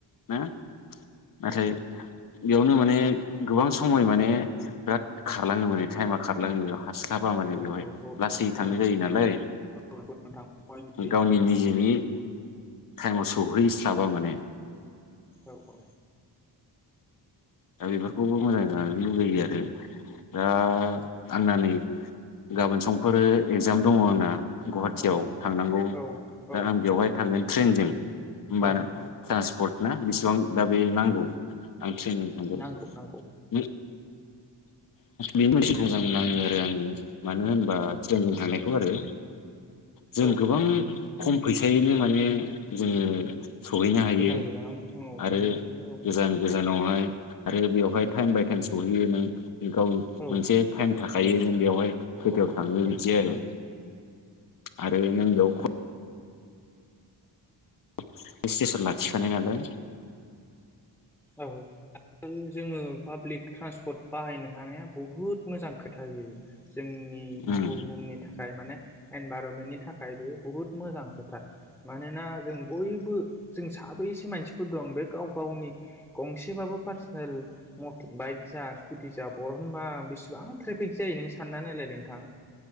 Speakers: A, on the left; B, in the centre.
A: नाथाय बेयावनो माने गोबां खमै माने बिराद खारलाङो माने टाइमा खारलाङो। हास्लाबा माने
B: औ
A: बेवहाय लासै थांनाय
B: औ
A: जायो नालाय
B: नंगौ नोंथां पइन्ट बे
A: गावनि
B: नों बुंनाया
A: निजेनि टाइमाव सौहैस्लाबा माने
B: औ औ।
A: दा बेफोरखौबो मोजां। जानो लुगैयो आरो दा आंना नै गाबोन समफोरो एगजाम दङ आंना। गुवाहाटियाव
B: औ
A: थांनांगौ
B: औ
A: दा
B: औ
A: आं बेवहाय थांगोन। ट्रेनजों। बार
B: औ
A: टान्सपट ना बेसेबां दा बे नांगौ। आं ट्रेनंजों थांगोन
B: नांगौ नांगौ
A: बेनि मोजां मोनाङो आरो आङो मानो होनबा। ट्रेनजों थांनायखौ आरो जों
B: औ
A: गोबां। खम फैसायैनो माने जोङो। सहैनो हायो
B: गोजान गोजानाव मुङाव
A: आरो
B: सहैनो हायो
A: गोजान गोजानावहाय। आरो बेवहाय टाइम बाय टाइम सौहैयो नों। गाव मोनसे
B: औ औ
A: टाइम थाखाय। थायोनो। बेवहाय
B: औ
A: खोथायाव थाङो
B: औ नोंथां
A: बिदि आरो। आरो नों बेयाव। <unintelligible> स्टेसन लाखिखादों आरो।
B: औ जोङो पाब्लिक ट्रान्सपर्ट बाहायनो हानाया बहुत मोजां। खोथा बे जोंनि
A: उम
B: बुहुमनि थाखाय माने एनभारमेन्टनि थाखाय बे बुहुत मोजां खोथा मानोना जों बयबो जों साबैसे मानसिफोर दं बे गाव गावनि गंसेबाबो पार्सनेल <unintelligible> बाइक जा स्कुटि जा बरहनबा बिसिबां ट्रेफिक जायो नों सानना नायलाय नोंथां।